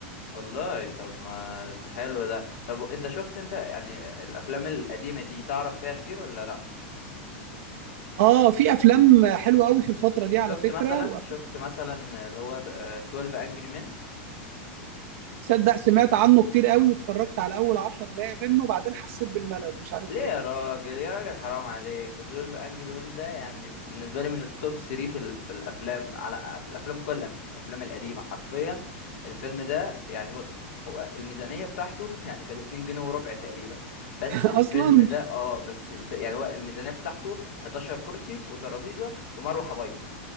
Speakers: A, on the left; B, on the right.
A: والله طب ما ده حلو ده طب انت شفت انت يعني الافلام القديمة دي تعرف فيها كتير ولا لا
B: اه في افلام حلوة قوي في الفترة دي
A: شفت
B: على فكرة
A: مثلا
B: وأف-
A: شفت مثلا اللي هو آه، 12 انجري مين
B: تصدق سمعت عنه كتير قوي واتفرجت على اول عشر دقايق منه وبعدين حسيت بالملل مش عارف
A: ليه يا
B: ليه
A: راجل يا راجل حرام عليك ده 12 انجري مين ده يعني بالنسبه لي من التوب 3 في ال... في الافلام على في الافلام كلها مش في الافلام القديمه حرفيا الفيلم ده يعني بص هو الميزانيه بتاعته <laughs> يعني كانت 2 جنيه وربع تقريبا بس
B: <laughs>
A: الفيلم
B: اصلا
A: ده اه بس الف... يعني هو الميزانيه بتاعته 11 كرسي وترابيزه ومروحه بايظه